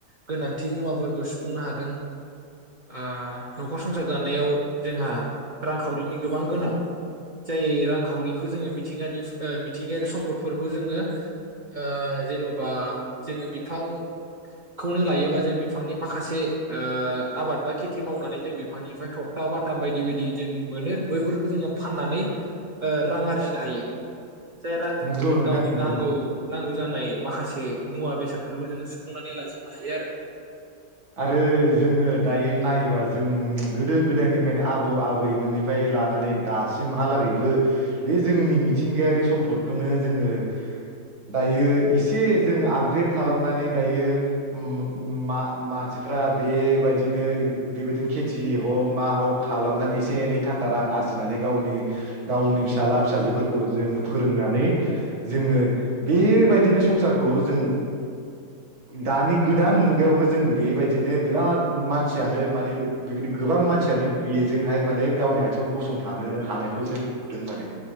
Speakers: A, on the right; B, on the right.
A: गोनांथि मुवाफोरखौ सुफुंनो हादों ओ न'खर संसार जानायाव जोंहा रांखावरिनि गोबां गोनां जाय रांखावरिखौ जोङो मिथिंगानि मिथिंगायारि सम्पदफोरखौ जोङो ओ जेन'बा जोङो बिफांखौनो लायोबा जों बिफांनि माखासे ओ आबाद बा खेथि मावनानै जों बिफांनिफ्राय थखथा बाथाम बायदि बायदि जों मोनो बैफोरखौ जोङो फाननानै ओ रां आरजिनो हायो। जाय रांजों
B: नंगौ
A: जोंङो
B: नोंथां
A: गावनि
B: नंगौ
A: नांगौ नांगौ <unintelligible> जानाय माखासे मुवा बेसादफोरबो जो सुुंफुंनानै लायो। जेनबा हायो आरो।
B: आरो जोङो दायो नायोबा जोंनि गोदो गोदायनिफ्रायनो आबौ आबैमोननिफ्राय लानानै दासिमहालागैबो बे जोंनि मिथिंगायारि सम्फदखौनो जोङो दायो एसे जोङो आपग्रेड खालामनानै दायो म-मा मानसिफ्रा बेबायदिनो बेबायदिनो खेथि हक मा हक खालामनानै एसे एनै थाखा रां आरजिनानै गावनि गावनि फिसाला फिसाजोफोरखौ <unintelligible> जोङो फोरोंनानै जोङो बेबायदिनो संसारखौ जों दानि गोदान मुगायावबो जों बेबायदिनो बिराद मानसियानो माने बेबायदि गोबां मानसियानो बेजोंहाय माने गावनि आथिं गसंथानो हानायखौ जों नुदों माने।